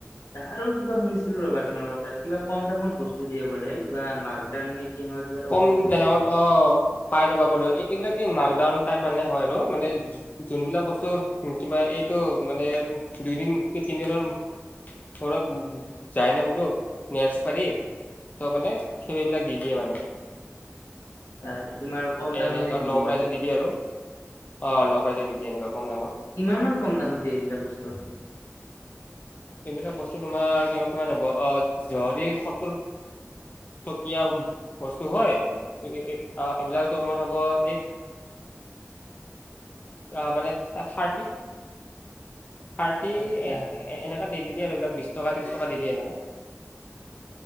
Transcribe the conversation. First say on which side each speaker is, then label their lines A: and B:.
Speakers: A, on the left (about 85°); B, on the left (about 35°).
A: <inaudible> আৰু কিবা শুনিছিলো ৰ'বা তোমালোকৰ তাত, কিবা কমদামত বস্তু দিয়ে বোলে, কিবা মাকডান নেকি এনেকুৱা। কিবা এটা
B: কমদামত
A: ৱৰ্ড কৈছিল
B: অ', পাই যাবা বোলো, এই-এইবিলাক এই মাকডাউন টাইপ হয় আৰু মানে যোনবিলাক বস্তু, কিবা এইটো মানে দুইদিন তিনিদিনৰ ঘৰত যায় নে, বোলো। নে্চ পাৰি, চব মানে সেই বিলাক দি দিয়ে মানে।
A: হয়টো তোমাৰ কম
B: এনেকুৱা
A: দামতে দি
B: ল' প্ৰাইজত দি দিয়ে আৰু, অ', ল' প্ৰাইজত দি দিয়ে এনেকুৱা কম দামত।
A: কিমানমান কম দামত দিয়ে, এইবিলাক বস্তু?
B: এইবিলাক বস্তু তোমাৰ, কিমান মান হ'ব আ, জৰহি সত্তৰ টকীয়া বস্তু হয়, এএ আ, এইবিলাক তোমাৰ হ'ব এই আহ মানে, থা-থাৰ্টি থাৰ্টি
A: আচ্ছা
B: এ-এনেকা দি দি দিয়ে, এইবিলাক বিশ টকা ত্ৰিশ টকা দি দিয়ে এনেকা।